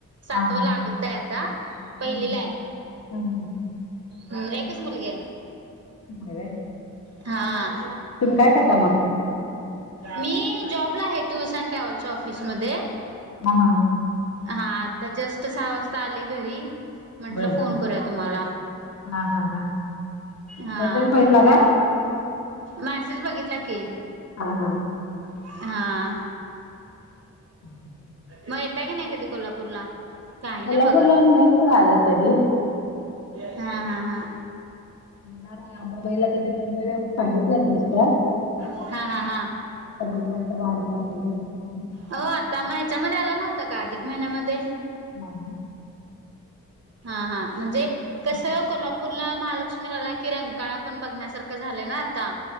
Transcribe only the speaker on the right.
सातव
लागत आहे आता, पहिलीला‌
आहे.
हम् एकयकच मुल आहे,
हा.
मी जॉबला आहे टूर्स अँड ट्रॅव्हल्सच्या ऑफिसमध्ये.
हा आता जास्ट सहा वाजता आले घरी. म्हंटलं
फोन करूया तुम्हाला,
हा.
मॅसेज बघितला की.
हा.
मग येेता की नाही कधी कोल्हापूरला? काय
ना बघा
हा हा हा.
हा हा हा.
हो आता म ह्याच्यामध्ये आला नव्हता का अर्धक महिन्यामध्ये?
हा हा, म्हणजे
कसं को्हापू पूरला महालक्ष्मीला की रंगकाळा पण बघण्यासारखं झाले ना आता.